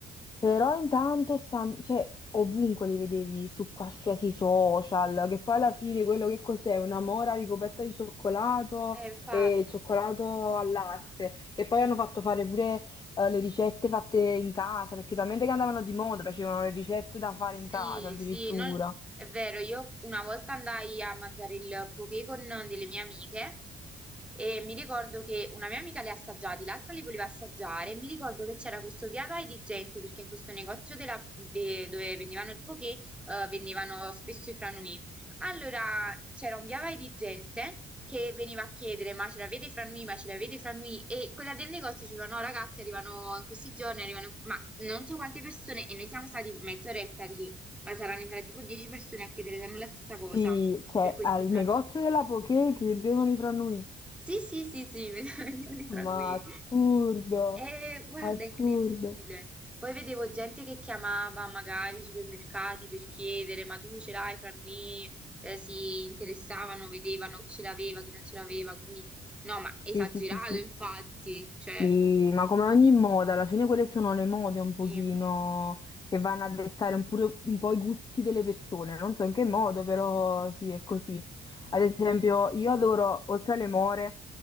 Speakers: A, on the left; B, in the centre.
A: Però intanto stan- cioè, ovunque li vedevi su qualsiasi social, che poi alla fine quello che cos'è? Una mora ricoperta di cioccolato
B: Eh, infatti.
A: e cioccolato al latte, che poi hanno fatto fare pure eh, le ricette fatte in casa, perché talmente che andavano di moda, facevano le ricette da fare
B: Sì,
A: in casa addirittura.
B: sì, non- è vero, io una volta andai a mangiare il poké con delle mie amiche e mi ricordo che una mia amica li ha assaggiati, l'altra li voleva assaggiare e mi ricordo che c'era questo via vai di gente perché in questo negozio della- de- dove vendevano il poké eh, vendevano spesso i franui. Allora c'era un via vai di gente che veniva a chiedere ma ce l'avete i franui, ma ce l'avete i franui e quella del negozio diceva no ragazzi arrivano in questi giorni, arrivano... ma non so quante persone, e noi siamo stati mezz'oretta lì, ma saranno entrate tipo 10 persone a chiedere sempre la stessa cosa
A: Sì, cioè
B: per questi
A: al
B: franui.
A: negozio della Poké chiedevano i franui,
B: Sì, sì, sì, sì, <laughs> vendevano i franui.
A: ma assurdo,
B: E guarda,
A: assurdo.
B: è incredibile. Poi vedevo gente che chiamava magari i supermercati per chiedere, ma tu ce l'hai i franui? Eh, si interessavano, vedevano chi ce l'aveva, chi non ce l'aveva, quindi no, ma esagerato
A: Sì, sì, sì, sì.
B: infatti, cioè...
A: Sì, ma come ogni moda, alla fine quelle sono le mode un pochino
B: Sì, infatti,
A: che vanno a dettare un, pure- un po' i gusti delle persone, non so in che modo, però sì, è
B: esatto.
A: così. Ad esempio, io adoro, oltre alle more,